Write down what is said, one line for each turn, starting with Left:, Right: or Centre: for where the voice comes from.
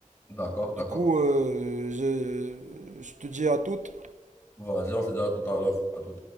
Left: d'accord, d'accord.
Right: Du coup, euh, je je te dis à toutes.
Left: Vas-y, on se dit à tout à l'heure, à tout.